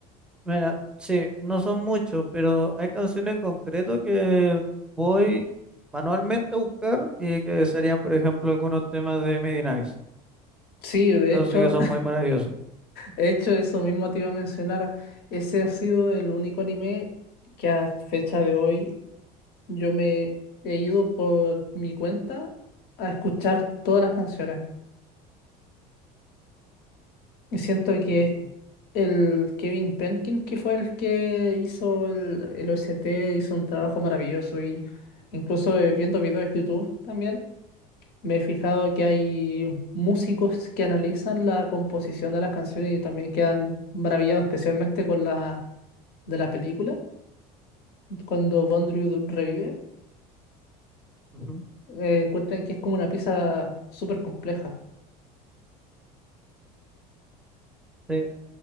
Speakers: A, in the centre; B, on the left.
A: Mira, sí, no son muchos, pero hay canciones en concreto que voy manualmente a buscar y que serían, por ejemplo, algunos temas de Medinavis.
B: Sí, de
A: Eso
B: hecho,
A: sí que son muy maravillosos.
B: De hecho, eso mismo te iba a mencionar. Ese ha sido el único anime que a fecha de hoy yo me he ido por mi cuenta a escuchar todas las canciones. Y siento que
A: Ujú,
B: es el Kevin Penkin, que fue el que hizo el, el OST, hizo un trabajo maravilloso. Y incluso eh, viendo videos de YouTube también, me he fijado que hay músicos que analizan la composición de las canciones y también quedan maravillados, especialmente con la de la película cuando Bondrew revive,
A: ujú.
B: eh, cuentan que es como una pieza súper compleja.
A: Sí,